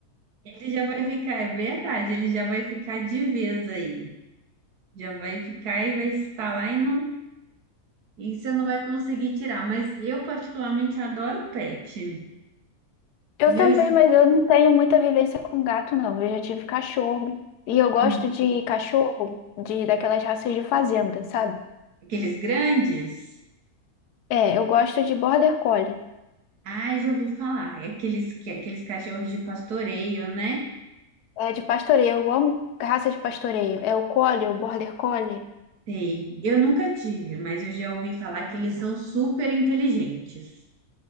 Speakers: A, on the right (about 90°); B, on the left (about 85°).
A: ele já vai ficar, é verdade, ele já vai ficar de vez aí. Já vai ficar e vai estar lá e não, e você não vai conseguir tirar. Mas eu particularmente adoro pet.
B: Eu
A: Eu,
B: também,
A: es-
B: mas eu não tenho muita vivência com gato, não. Eu já tive cachorro. E eu gosto
A: hum,
B: de cachorro de daquelas raças de fazenda, sabe?
A: aqueles grandes,
B: É, eu gosto de border collie.
A: ai, já ouvi falar, é aqueles, que- aqueles cachorros de pastoreio, né?
B: É de pastoreio. Eu amo raça de pastoreio. É o collie, o border collie.
A: Sei. Eu nunca tive, mas eu já ouvi falar que eles são super inteligentes.